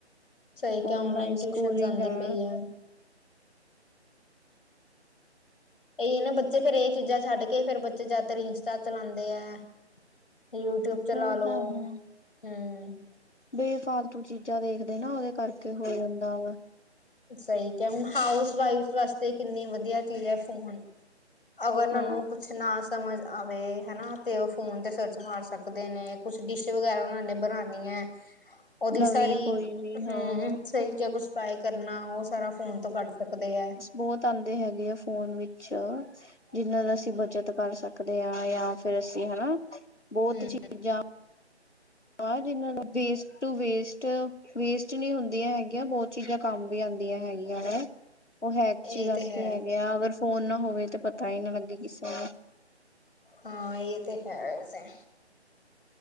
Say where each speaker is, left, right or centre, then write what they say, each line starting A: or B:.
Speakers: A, on the left; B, on the left.
A: ਸਹੀ ਕਿਆ
B: ਔਨਲਾਈਨ
A: ਟਿਊਸ਼ਨਸ
B: ਸਕੂਲਿੰਗ
A: ਆਂਦੀ
B: ਐ।
A: ਪਈ ਆ। ਇਹੀ ਨਾ ਬੱਚੇ ਫੇਰ ਇਹ ਚੀਜ਼ਾਂ ਛੱਡ ਕੇ ਫੇਰ ਬੱਚੇ ਜਿਆਦਾਤਰ ਇੰਸਟਾ ਚਲਾਂਦੇ ਐ। ਯੂਟਿਊਬ ਚਲਾ
B: ਉਹ
A: ਲੋ,
B: ਤਾਂ ਹੈ
A: ਹੂੰ।
B: ਬੇਫਾਲਤੂ ਚੀਜ਼ਾਂ ਦੇਖਦੇ ਨਾ ਓਦੇ ਕਰਕੇ ਹੋ ਜਾਂਦਾ ਵਾ।
A: ਸਈ ਕਿਆ ਹੁਨ ਹਾਊਸ ਵਾਈਫਸ ਵਾਸਤੇ ਕਿੰਨੀ ਵਦੀਆ ਚੀਜ਼ ਐ ਫੋਨ। ਅਗਰ ਓਨਾਂ
B: ਹਾਂ
A: ਨੂੰ ਕੁਛ ਨਾ ਸਮਝ ਆਵੇ ਹਨਾ ਤੇ ਓ ਫੋਨ ਤੇ ਸਰਚ ਮਾਰ ਸ ਸਕਦੇ ਨੇ ਕੁਛ ਡਿਸ਼ ਵਗੈਰਾ ਓਨਾਂ ਨੇ ਬਨਾਣੀ ਐ। ਓਦੀ
B: ਨਵੀਂ
A: ਸਾਰੀ
B: ਕੋਈ ਵੀ
A: ਹੂੰ
B: ਹਾਂ
A: ਸਈ ਕਿਆ ਕੁਛ ਪਾਏ ਨਾ ਓ ਸਾਰਾ ਫੋਨ ਤੋਂ ਕੱਢ ਸਕਦੇ ਐ।
B: ਬੋਤ ਆਂਦੇ ਹੈਗੇ ਆ ਫੋਨ ਵਿੱਚ, ਜਿੰਨਾਂ ਦਾ ਅਸੀਂ ਬੱਚਤ ਕਰ ਸਕ ਸਕਦੇ ਆ ਜਾਂ ਫਿਰ ਅਸੀਂ ਹਨਾ ਬੋਤ
A: ਹਮ
B: ਚੀਜ਼ਾਂ ਆਂ ਜਿਨਾਂ ਨੂੰ ਵੇਸਟ ਟੂ ਵੇਸਟ ਵੇਸਟ ਨੀ ਹੁੰਦੀਆਂ ਹੈਗੀਆਂ ਬੋਤ ਚੀਜ਼ਾਂ ਕੰਮ ਵੀ ਆਂਦੀਆਂ ਹੈਗੀਆਂ ਨੇ। ਓ ਹੈਕਚੀ
A: ਇਹ
B: ਦੱਸਦੇ
A: ਤੇ ਹੈ
B: ਹੈਗੇ ਆ ਅਗਰ ਫੋਨ ਨਾ ਹੋਵੇ ਤਾਂ ਪਤਾ ਈ ਨਾ ਲੱਗੇ ਕਿਸੇ ਨੂੰ।
A: ਹਾਂ ਏ ਤੇ ਹੈ ਵੈਸੇ।